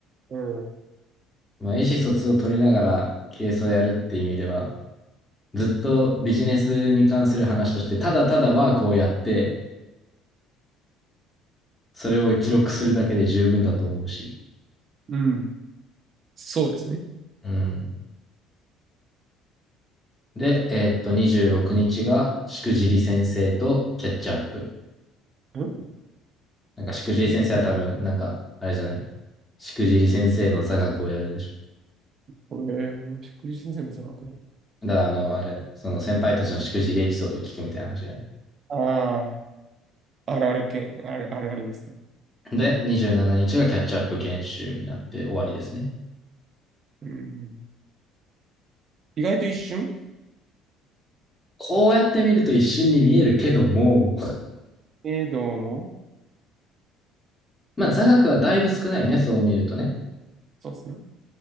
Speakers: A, on the right; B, on the left.
A: うん。
B: まあ、意思疎通を取りながらケースをやるっていう意味では、ずっとビジネスに関する話として、ただただワークをやって、それを記録するだけで十分だと思うし。
A: うん。そうですね。
B: うん。で、えーっと、26日が、しくじり先生とキャッチアップ。
A: ん
B: なんか、しくじり先生は多分、
A: 祝日、
B: なんか、あれじゃないしくじり先生の座学をやるんでしょ。
A: これ、祝日先生の座学
B: だから、あの、あれ、その先輩たちのしくじりエピソードを聞くみたいな話じゃない
A: ああ、あるある系、あるあるあるですね。
B: で、27日がキャッチアップ研修になって終わりですね。
A: うん。意外と一瞬
B: こうやって見ると一瞬に見えるけども、
A: えー、どうも。
B: まあ座学はだいぶ少ないね、そう見るとね。
A: そうっすね。